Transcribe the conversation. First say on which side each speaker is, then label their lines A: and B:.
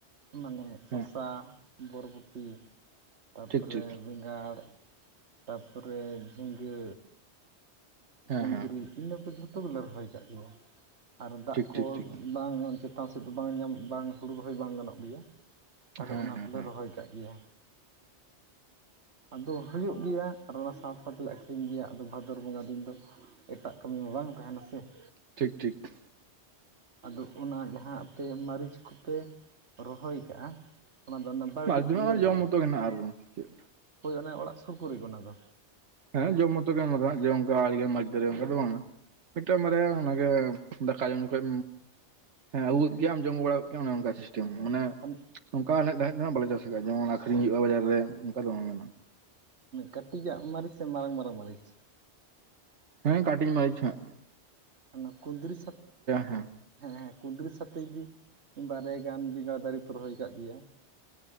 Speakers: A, on the right (about 70°); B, on the right (about 80°).
A: ᱢᱟᱱᱮ ᱥᱚᱥᱟ,
B: ᱦᱮᱸ
A: ᱵᱚᱨᱵᱚᱴᱤ ᱛᱟᱯᱚᱨᱮ
B: ᱴᱷᱤᱠ ᱴᱷᱤᱠ
A: ᱵᱮᱸᱜᱟᱲ ᱛᱟᱯᱚᱨᱮ ᱡᱷᱤᱸᱜᱟᱹ
B: ᱦᱮᱸ
A: ᱠᱩᱸᱫᱽᱨᱤ
B: ᱦᱮᱸ
A: ᱤᱱᱟᱹ ᱠᱚ ᱡᱷᱚᱛᱚ ᱜᱮᱞᱮ ᱨᱚᱦᱚᱭ ᱠᱟᱜ ᱜᱮᱭᱟ, ᱟᱨ ᱫᱟᱜ
B: ᱴᱷᱤᱠ
A: ᱠᱚ
B: ᱴᱷᱤᱠ ᱴᱷᱤᱠ
A: ᱵᱟᱝ ᱪᱮᱛᱟᱱ ᱥᱮᱫ ᱫᱚ ᱵᱟᱝ ᱧᱟᱢᱚᱜ ᱵᱟᱝ ᱦᱩᱲᱩ ᱨᱚᱦᱚᱭ ᱵᱟᱝ ᱜᱟᱱᱚᱜ ᱜᱮᱭᱟ᱾ ᱛᱟᱦᱚᱞᱮ
B: ᱦᱮᱸ
A: ᱚᱱᱟ
B: ᱦᱮᱸ
A: ᱠᱚᱞᱮ
B: ᱦᱮᱸ
A: ᱨᱚᱦᱚᱭ ᱠᱟᱜ ᱜᱮᱭᱟ᱾ ᱟᱫᱚ ᱦᱩᱭᱩᱜ ᱜᱮᱭᱟ ᱟᱨ ᱚᱱᱟ ᱥᱟᱶ ᱥᱟᱶᱛᱮᱞᱮ ᱟᱠᱷᱨᱤᱧ ᱜᱮᱭᱟ, ᱟᱫᱚ ᱵᱷᱟᱫᱚᱨ ᱵᱚᱸᱜᱟ ᱫᱤᱱ ᱾ ᱫᱚ ᱮᱴᱟᱜ ᱠᱟᱹᱢᱤ ᱢᱟ ᱵᱟᱝ ᱛᱟᱦᱮᱱᱟ ᱥᱮ ᱾
B: ᱴᱷᱤᱠ ᱴᱷᱤᱠ ᱾
A: ᱟᱫᱚ ᱚᱱᱟ ᱡᱟᱦᱟᱸ ᱟᱯᱮ ᱢᱟᱹᱨᱤᱪ ᱠᱚᱯᱮ ᱨᱚᱦᱚᱭ ᱠᱟᱜᱼᱟ ᱚᱱᱟ ᱫᱚ ᱚᱱᱮ ᱵᱟᱲᱜᱮ
B: ᱟᱞᱮ ᱫᱚ ᱦᱟᱸᱜ
A: ᱤᱭᱟᱹ ᱨᱮᱜᱮ
B: ᱡᱚᱢ ᱢᱚᱛᱚ ᱜᱮ ᱱᱟᱜ ᱟᱨ ᱪᱮᱫ
A: ᱦᱳᱭ ᱚᱱᱮ ᱚᱲᱟᱜ ᱥᱩᱨ ᱠᱚ ᱨᱮᱜᱮ ᱚᱱᱟ ᱫᱚ᱾
B: ᱦᱮᱸ ᱡᱚᱢ ᱢᱚᱛᱚ ᱜᱮ <inaudible> ᱚᱱᱠᱟ ᱫᱚ ᱵᱟᱝᱼᱟ ᱢᱤᱫᱴᱟᱝ ᱵᱟᱨᱭᱟ ᱚᱱᱟᱜᱮ ᱫᱟᱠᱟ ᱡᱚᱢ ᱡᱚᱠᱷᱚᱡ ᱦᱮᱸ ᱟᱹᱜᱩ ᱜᱚᱫᱠᱮ ᱟᱢ ᱡᱚᱢ ᱵᱟᱲᱟ ᱠᱮᱟᱢ ᱚᱱᱮ ᱚᱱᱠᱟ ᱥᱤᱥᱴᱮᱢ, ᱟᱱᱮ
A: <unintelligible>
B: ᱱᱚᱝᱠᱟ ᱟᱱᱮᱡ ᱫᱷᱟᱱᱮᱡ ᱫᱚ ᱦᱟᱸᱜ ᱵᱟᱞᱮ ᱪᱟᱥ ᱟᱠᱟᱫᱼᱟ, ᱡᱮᱚᱱ ᱟᱠᱷᱨᱤᱧ ᱦᱩᱭᱩᱜᱼᱟ ᱵᱟᱡᱟᱨ ᱨᱮ ᱚᱱᱠᱟ ᱫᱚ ᱵᱟᱝ ᱠᱟᱱᱟ᱾
A: ᱠᱟᱹᱴᱤᱡᱟᱜ ᱢᱟᱹᱨᱤᱪ ᱥᱮ ᱢᱟᱨᱟᱝ ᱢᱟᱨᱟᱝ ᱢᱟᱹᱨᱤᱪ?
B: ᱦᱮᱸ ᱠᱟᱴᱤᱡ ᱢᱟᱹᱨᱤᱪ ᱦᱟᱸᱜ ᱾
A: ᱚᱱᱟ ᱠᱩᱸᱫᱽᱨᱤ ᱥᱟ
B: ᱦᱮᱸ
A: ᱦᱮᱸ ᱦᱮᱸ ᱠᱩᱸᱫᱽᱨᱤ ᱥᱟᱛᱮ ᱡᱩᱫᱤ ᱵᱟᱨᱭᱟ ᱜᱟᱱ ᱵᱮᱸᱜᱟᱲ ᱫᱟᱨᱮ ᱯᱮ ᱨᱚᱦᱚᱭ ᱟᱠᱟᱜ ᱜᱮᱭᱟ ᱾